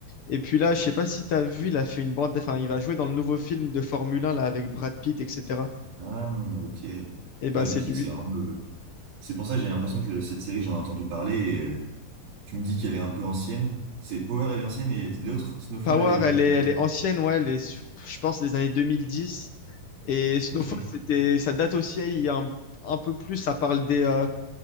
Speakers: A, on the left; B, on the right.
A: Et puis là, je sais pas si tu as vu, il a fait une bande, enfin, il va jouer dans le nouveau film de Formule 1 là avec Brad Pitt, etc.
B: Ah, ok.
A: Et bah,
B: Ah, oui,
A: c'est
B: donc
A: lui.
B: il- c'est vraiment le, C'est pour ça que j'ai l'impression que cette série, j'en ai entendu parler. Et euh, tu me dis qu'elle est un peu ancienne. C'est Power, elle est ancienne et l'autre, Snowfall,
A: Power,
B: elle est,
A: elle
B: elle
A: est,
B: est
A: elle
B: ancienne.
A: est ancienne, ouais, elle est, je pense, des années 2010. Et Snowfall,
B: Ok.
A: c'était, ça date aussi il y a un, un peu plus, ça parle des, euh,